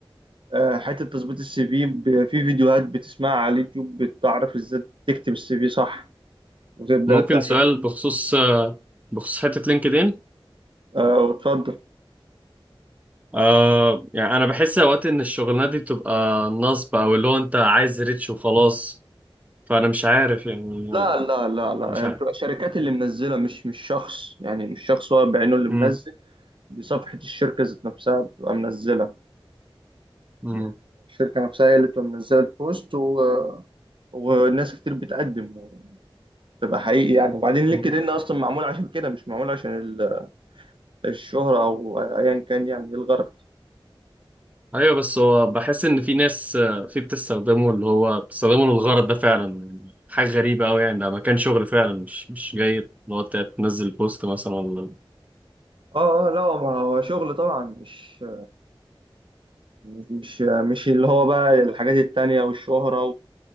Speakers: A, on the right; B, on the right.
A: آه حتة تظبيط السي في ب- في فيديوهات بتسمعها على اليوتيوب بتعرف ازاي تكتب السي في صح وتبدأ
B: ممكن
A: تعمله
B: سؤال بخصوص آه، بخصوص حتة لينكدين
A: آه وتفضل
B: آه يعني انا بحس اوقات ان الشغلانات دي بتبقى نصب او اللي هو انت عايز ريتش وخلاص فانا مش عارف يعني
A: لا
B: آه،
A: لا لا لا
B: مش عارف
A: هي بتبقى شركات اللي منزله مش مش شخص يعني مش شخص هو بعينه اللي منزل
B: مم.
A: دي صفحه الشركه ذات نفسها بتبقى منزله
B: مم.
A: يعني الشركه نفسها هي اللي بتبقى منزله البوست و... وناس كتير بتقدم بتبقى حقيقي يعني وبعدين لينكد
B: مم.
A: ان اصلا معمول عشان كده مش معمول عشان ال- الشهره او ايا كان يعني إيه الغرض
B: ايوه بس هو بحس ان في ناس آه، في بتستخدمه اللي هو بتستخدمه للغرض ده فعلا حاجه غريبه قوي يعني ده مكان شغل فعلا مش مش جاي اللي هو تنزل بوست مثلا ولا
A: اه اه لا ما هو شغل طبعا مش مش مش اللي هو بقى الحاجات التانية والشهرة